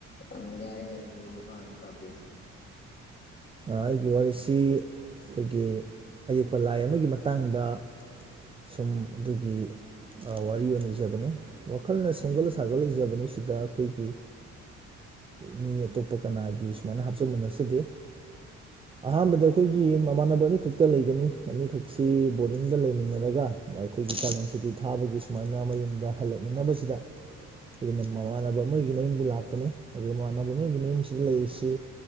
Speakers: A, on the left; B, on the right.
A: ꯎꯝ ꯋꯥꯏꯌꯦ ꯃꯔꯨꯞ ꯃꯈꯥ ꯑꯗꯨꯝ ꯇꯥꯕꯤꯌꯨ
B: ꯑꯩꯒꯤ ꯋꯥꯔꯤꯁꯤ ꯑꯩꯈꯣꯏꯒꯤ ꯑꯌꯦꯛꯄ ꯂꯥꯏ ꯑꯃꯒꯤ ꯃꯇꯥꯡꯗ ꯁꯨꯝ ꯑꯗꯨꯒꯤ ꯋꯥꯔꯤ ꯑꯣꯏꯅ ꯏꯖꯕꯅꯦ ꯋꯥꯈꯜꯅ ꯁꯦꯝꯒꯠ
A: ꯎꯝ
B: ꯁꯥꯒꯠ ꯏꯖꯕꯅꯤ ꯁꯤꯗ ꯑꯩꯈꯣꯏꯒꯤ ꯃꯤ ꯑꯇꯣꯞꯄ ꯀꯅꯥꯒꯤ ꯁꯨꯃꯥꯏꯅ ꯍꯥꯞꯆꯟꯕ ꯅꯠꯆꯗꯦ ꯑꯍꯥꯟꯕꯗ ꯑꯩꯈꯣꯏꯒꯤ ꯃꯃꯥꯟꯅꯕ ꯑꯅꯤꯈꯛꯇ ꯂꯩꯒꯅꯤ ꯑꯅꯤꯈꯛꯁꯤ ꯕꯣꯔꯗꯤꯡꯗ ꯂꯩꯃꯤꯟꯅꯔꯒ ꯑꯩꯈꯣꯏꯒꯤ ꯆꯥꯂꯦꯟ ꯁꯨꯇꯤ ꯊꯥꯕꯒꯤ ꯁꯨꯃꯥꯏꯅ ꯃꯌꯨꯝꯗ ꯍꯜꯂꯛꯃꯤꯟꯅꯕꯁꯤꯗ ꯑꯩꯩꯅ ꯃꯃꯥꯟꯅꯕ ꯑꯃꯒꯤ ꯃꯌꯨꯝꯗ ꯂꯥꯛꯄꯅꯤ ꯑꯗꯨꯗ ꯏꯃꯥꯟꯅꯕ ꯑꯃꯒꯤ ꯃꯌꯨꯝꯁꯤꯗ ꯂꯩꯔꯤꯁꯤ